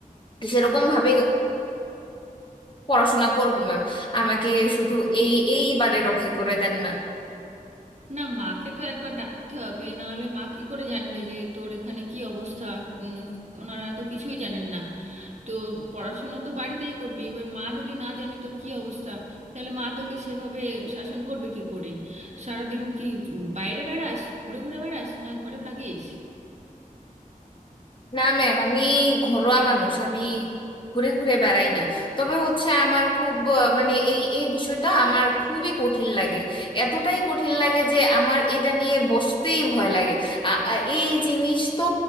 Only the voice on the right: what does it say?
না মাকে তো একবার ডাকতে হবে না হলে মা কি করে জানবে যে তোর এখানে কি অবস্থা উম, ওনারা তো কিছুই জানেন না তো পড়াশুনো তো বাড়িতেই করবি এবার মা যদি না জানে তোর কি অবস্থা তাহলে মা তোকে সেভাবে শাসন করবে কি করে সারাদিন কি উম, বাইরে বেড়াস ঘুরে ঘুরে বেড়াস না ঘরে থাকিস